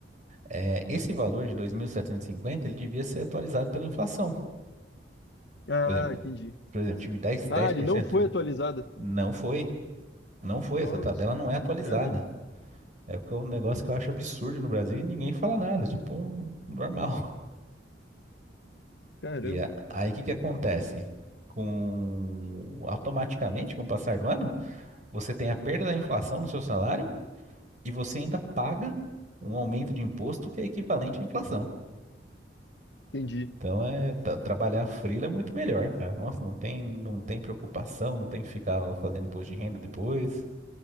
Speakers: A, on the right; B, on the left.
A: É, esse valor de 2.750 ele devia ser atualizado pela inflação.
B: Ah,
A: Por exemplo,
B: entendi.
A: por exemplo, tive dez dez
B: Ah,
A: por
B: ele não
A: cento,
B: foi atualizado.
A: não foi, não foi,
B: Nossa,
A: essa tabela não é atualizada.
B: caramba,
A: É o que é um negócio que eu acho absurdo no Brasil e ninguém fala nada, tipo, normal. <laughs>
B: caramba,
A: E a- aí o que que acontece? Com, automaticamente, com o passar do ano, você tem a perda da inflação no seu salário, E você ainda paga um aumento de imposto que é equivalente à inflação.
B: entendi.
A: Então é tra- trabalhar freela é muito melhor, cara. Nossa, não tem, não tem preocupação, não tem que ficar fazendo imposto de renda depois.